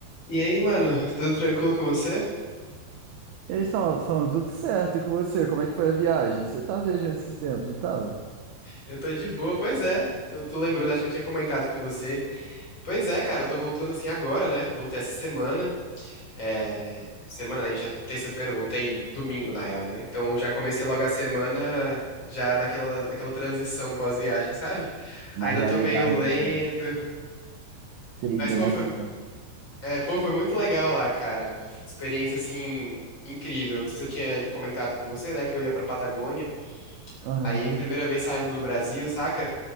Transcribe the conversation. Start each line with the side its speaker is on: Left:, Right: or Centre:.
Left: E aí, mano, tudo tranquilo com você?
Right: E aí, Saulo, Saulo, tudo certo? E com você? Como é que foi a viagem? Você tá viajando esses tempos, não tava?
Left: Eu tô de boa, pois é. Tô, tô lembrando, acho que eu tinha comentado com você. Pois é, cara, tô voltando assim agora, né? Voltei essa semana. É, semana, né? A gente é terça-feira, eu voltei domingo, na real, né? Então já comecei logo a semana, já naquela, naquela transição pós-viagem, <laughs> sabe?
Right: Na
Left: Ainda
Right: realidade,
Left: tô meio lento.
Right: amor. Sei
Left: Mas,
Right: bem
Left: pô,
Right: essa
Left: foi,
Right: situação.
Left: é, pô, foi muito legal lá, cara. Experiência, assim, incrível. Não sei se eu tinha comentado com você, né? Que eu ia pra Patagônia.
Right: Aham.
Left: Aí, primeira vez saindo do Brasil, saca?